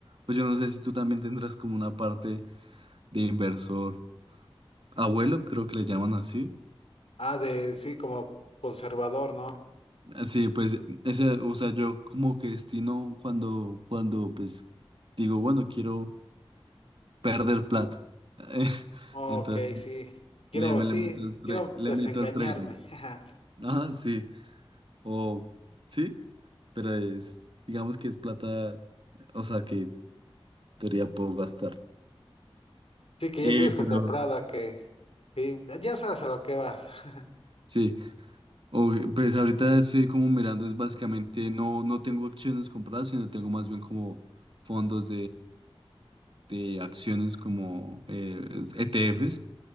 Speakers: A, on the right; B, on the left.
A: Pues yo no sé si tú también tendrás como una parte de inversor abuelo, creo que le llaman así.
B: Ah, de sí, como conservador, ¿no?
A: Sí, pues ese, o sea, yo como que destino cuando, cuando pues digo, bueno, quiero perder plata. <laughs>
B: Ok,
A: Entonces
B: sí. Quiero,
A: le, me-
B: sí,
A: le meto el tra-
B: quiero desengañarme.
A: le meto el trading.
B: <laughs>
A: Ajá, sí. O sí, pero es, digamos que es plata, o sea, que en teoría puedo gastar.
B: Sí, que
A: Eh,
B: ya tienes contemplada
A: pero
B: que, que ya sabes a lo que vas. <laughs>
A: sí, o- pues ahorita estoy como mirando, es básicamente no, no tengo acciones compradas, sino tengo más bien como fondos de acciones como eh, ETFs,